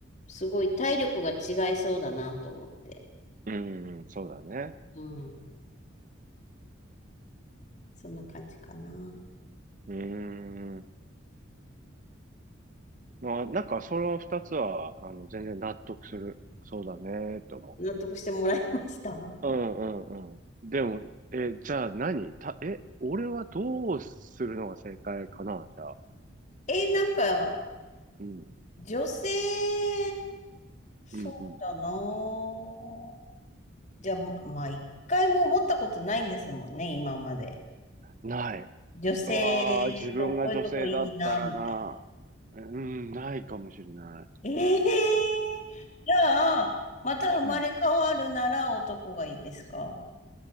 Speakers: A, on the left (about 35°); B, on the right (about 40°).
A: すごい体力が違いそうだなと思って。
B: うん。うん、そうだね。
A: うん。そんな感じかな。
B: うーん。まあ、なんかその二つは、あの、全然納得する。そうだね、と思う。
A: 納得してもらいました。
B: うんうんうん。でも、え、じゃあ何た、え、俺はどうするのが正解かなじゃあ。
A: え、なんか、
B: うん、
A: 女性、そうだなぁ。
B: うん、うん。
A: じゃあ、まあ、一回も思ったことないんですもんね、今まで。
B: ない。
A: 女性のこういうとこいいな、
B: うわあ、自分が女性だったらな。
A: みたい
B: うん、ないかもしれない。
A: な。ええー、じゃあ、また生まれ変わるなら男がいいですか
B: うん。